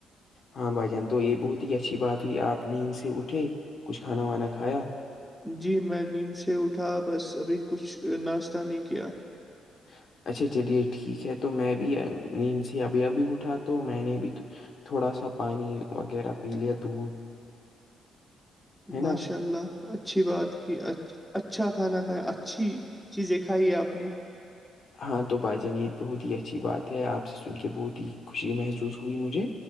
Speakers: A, on the left (about 55°); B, in the centre.
A: ہاں بھائی جان تو یہ بہت ہی اچھی بات ہوئی آپ نیند سے اٹھے کچھ کھانا وانا کھایا
B: جی میں نیند سے اٹھا بس ابھی کچھ ناشتہ نہیں کیا
A: <inaudible> اچھا چلیے ٹھیک ہے تو میں بھی نیند سے ابھی ابھی اٹھا تو میں نے بھی تھوڑا سا پانی وغیرہ پی لیا دودھ ہے
B: باشاء
A: نا
B: اللہ اچھی بات کہ اچ اچھا کھانا کھایا اچھی چیزیں کھائی ہے آپ نے
A: ہاں تو بھائی جان یہ بہت ہی اچھی بات ہے آپ سے سن کے بہت ہی خوشی محسوس ہوئی مجھے